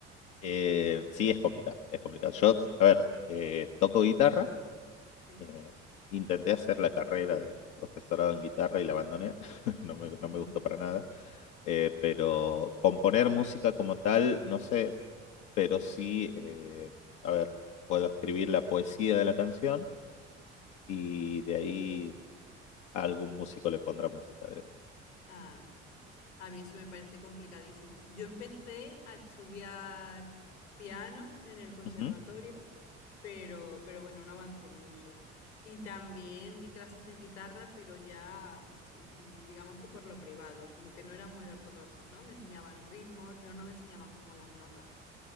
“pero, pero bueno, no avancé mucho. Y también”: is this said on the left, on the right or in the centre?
Left